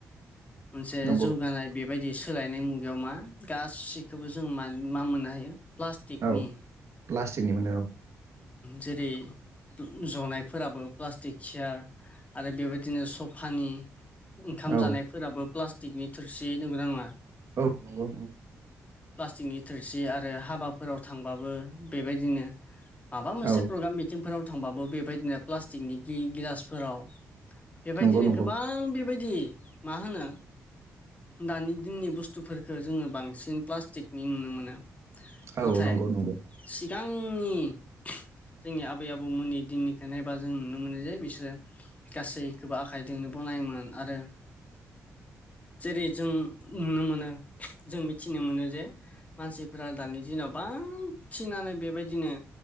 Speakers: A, on the left (about 25°); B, on the right (about 60°).
A: मोनसे
B: नंगौ
A: जौगानाय बेबायदि सोलायनाय मुगायाव मा गासिखौबो जों मा मोननो हायो प्लास्टिकनि
B: औ प्लास्टिकनि मोनो औ।
A: जेरै जनायफोराबो प्लास्टिक सियार आरो बेबायदिनो सफानि ओंखाम
B: औ
A: जानायफोराबो प्लास्टिकनि थोरसि नंगौना नङा?
B: औ नंगौ।
A: प्लास्टिकनि थोरसि आरो हाबाफोराव थांबाबो बेबायदिनो माबा मोनसे
B: औ
A: प्रग्राम मिथिंफोराव थांबाबो बेबायदिनो प्लास्टिकनि गिलासफोराव बेबायदिनो
B: नंगौ नंगौ
A: गोबां बेबायदि मा होनो दानि दिननि बुस्थुफोरखौ जोङो बांसिन प्लास्टिकनि नुनो मोनो। नाथाय
B: औ नंगौ नंगौ
A: सिगांनि जोंनि आबै आबौमोननि दिननिखौ नायबा जों नुनो मोनो जे बिसोरो गासैखौबो आखाइजोंनो बनायोमोन आरो जेरै जों नुनो मोनो जों मिथिनो मोनो जे मानसिफोरा दानि दिनाव बांसिनानो बेबायदिनो